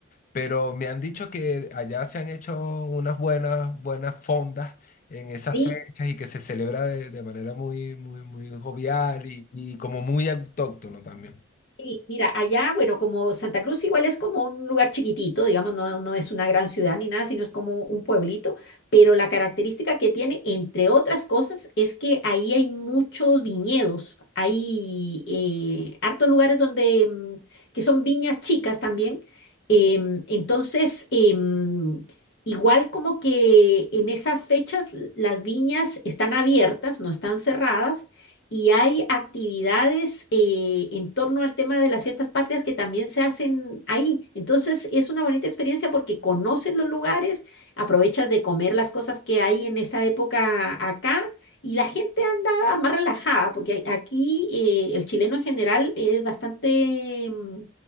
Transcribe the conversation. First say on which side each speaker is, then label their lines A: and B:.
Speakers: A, on the left (about 40°); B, on the left (about 55°).
A: Pero me han dicho que allá se han hecho unas buenas, buenas fondas en esas
B: Sí,
A: fechas y que se celebra de, de manera muy, muy, muy jovial y, y como muy autóctono también.
B: Sí, mira, allá, bueno, como Santa Cruz igual es como un lugar chiquitito, digamos, no, no es una gran ciudad ni nada, sino es como un pueblito, pero la característica que tiene, entre otras cosas, es que ahí hay muchos viñedos, hay eh, hartos lugares donde, mm, que son viñas chicas también, em, entonces, em, igual como que en esas fechas las viñas están abiertas, no están cerradas y hay actividades eh, en torno al tema de las fiestas patrias que también se hacen ahí. Entonces es una bonita experiencia porque conoces los lugares, aprovechas de comer las cosas que hay en esa época acá y la gente anda más relajada porque a- aquí eh, el chileno en general es bastante mm,